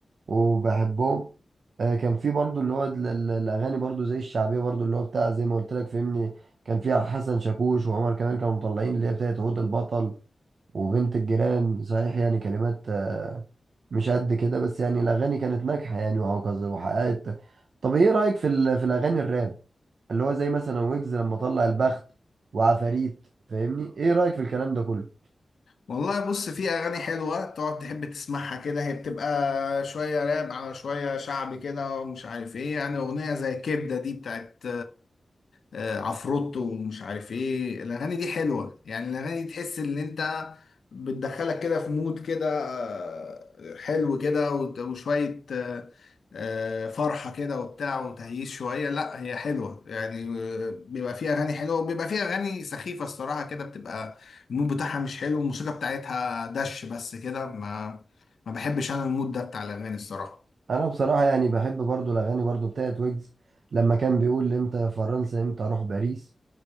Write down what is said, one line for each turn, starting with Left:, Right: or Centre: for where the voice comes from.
Right: وبحبهم آه، كان في برضو اللي هو ال- ال- الاغاني برضو زي الشعبيه برضو اللي هو بتاع زي ما قلت لك فهمني كان فيها حسن شاكوش وعمر كمان كانوا مطلعين اللي هي بتاعت عود البطل وبنت الجيران صحيح يعني كلمات آه، مش قد كده بس يعني الاغاني كانت ناجحه يعني وهكذا وحققت طب ايه رايك في ال- في الاغاني الراب اللي هو زي مثلا ويجز لما طلع البخت وعفاريت فاهمني ايه رايك في الكلام ده كله
Left: والله بص في اغاني حلوه تقعد تحب تسمعها كده هي بتبقى شويه راب على شويه شعبي كده ومش عارف ايه يعني اغنيه زي كبده دي بتاعت آه، عفروتو ومش عارف ايه الاغاني دي حلوه يعني الاغاني دي تحس ان انت بتدخلك كده في مود كده آه، حلو كده وت- وشويه آه، آه، فرحه كده وبتاع وتهييس شويه لا هي حلوه يعني آه، بيبقى فيها اغاني حلوه وبيبقى فيها اغاني سخيفه الصراحه كده بتبقى المود بتاعها مش حلو الموسيقى بتاعتها دش بس كده ما ما بحبش انا المود ده بتاع الاغاني الصراحه
Right: انا بصراحه يعني بحب برضو الاغاني برضو بتاعت ويجز لما كان بيقول امتى يا فرنسا امتى اروح باريس